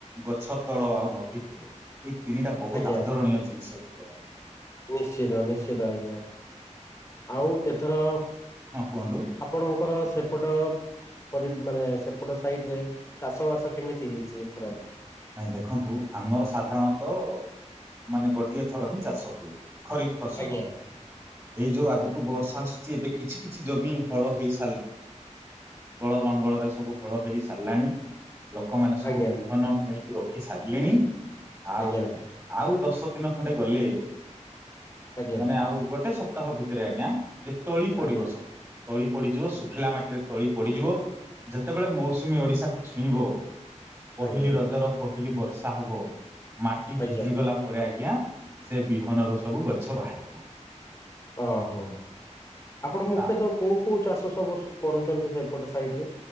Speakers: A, on the right; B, on the left.
A: ଗଛ ତଳ ଆଉ ନଦୀ କୂଳ ଏଇ ତିନିଟା ବୋହୁତ
B: ଆଜ୍ଞା
A: ଆଦରଣୀୟ ଜିନିଷ <inaudible> <inaudible>
B: ନିଶ୍ଚିତ ନିଶ୍ଚିତ ଆଜ୍ଞା। ଆଉ ଏଥର
A: ହଁ କୁହନ୍ତୁ
B: ଆପଣଙ୍କର ସେପଟ ପରି ମାନେ ସେପଟ ସାଇଡ ରେ ଚାଷ ବାସ କେମିତି ହେଇଛି ଏଥର?
A: ନାଇଁ ଦେଖନ୍ତୁ ଆମର ସାଧାରଣତଃ ମାନେ ଗୋଟିଏ ଥର ହିଁ ଚାଷ ହୁଏ। ଖରିଫ ଫସଲ
B: ଆଜ୍ଞା
A: ଏଇ ଯୋଉ ଆଗକୁ ବର୍ଷା ଏବେ କିଛି କିଛି ଜମି ହଳ ହେଇ <inaudible> କ ଲଙ୍ଗଳରେ ସବୁ ହଳ ହେଇ ସାରିଲାଣି। ଲୋକମାନେ ସବୁ
B: ଆଜ୍ଞା
A: ବିହନ ବୁ ରଖି ସାରିଲେଣି ଆଉ
B: ଆଜ୍ଞା
A: ଆଉ। ଦଶ ଦିନ ଖଣ୍ଡେ ଗଲେ।
B: ଆଜ୍ଞା
A: ମାନେ ଆଉ ଗୋଟେ ସ୍। ସପ୍ତାହ ଭିତରେ ଆଜ୍ଞା। ଯେ ତଳି ପଡିବ
B: ଆଜ୍ଞା
A: ସବୁ। ତଳି ପଡ଼ିଯିବ ଶୁଖିଲା ମାଟିରେ ତଳି ପଡିଯିବ ଯେତେବେଳେ ମୌସୁମୀ ଓଡ଼ିଶାକୁ ଛୁଇଁବ। ପହିଲି
B: ଆଜ୍ଞା ଆଜ୍ଞା
A: ରଜ ର। ପହିଲି ବର୍ଷା ହବ। ମାଟି
B: ଆଜ୍ଞା
A: ଭିଜି ଗଲା ପରେ ଆ। ଆଜ୍ଞା ସେ ବିହନର ସବୁ ଗଛ ବାହାରିବ।
B: ଓହୋ ଆପଣ ମୁଖ୍ୟତଃ
A: ତା
B: କୋଉ କୋଉ ଚାଷ ସବ। କରୁଛନ୍ତି ସେପଟ ସାଇଟ ରେ।